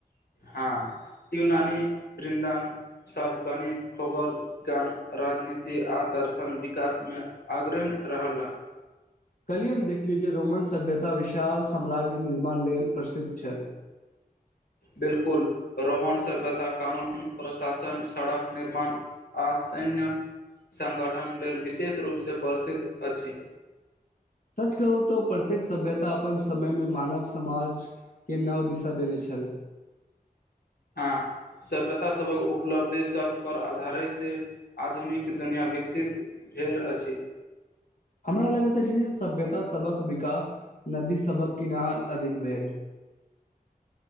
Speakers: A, on the left (about 85°); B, on the left (about 60°).
A: हँ यनानी बृन्दन सब गणित खगोल विज्ञान राजनीति आ दर्शन विकासमे अग्रण रहल हएँ
B: कल्हिए हम देखलौ जे रोमन सभ्यता विशाल साम्राज्य निर्माण लेल प्रसिद्ध छल
A: बिल्कुल रोमान सभ्यता कानून प्रशासन सड़क निर्माण आ सैन्य संगठन लेल विशेष रूपसँ प्रसिद्ध अछि
B: सच कहू तो प्रत्येक सभ्यता अपन समय मे मानव समाज के नाव दिशा देने छल
A: हँ सभ्यतासभक उपलब्धि सभपर आधारित आधुनिक दुनिआँ विकसित भेल अछि
B: हमरा लगैत छै जे सभ्यता सबक विकास नदी सबक किनार अधिक भेल